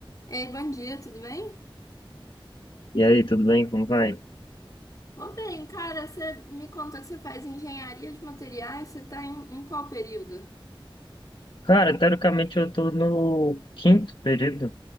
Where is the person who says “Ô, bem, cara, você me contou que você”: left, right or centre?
Left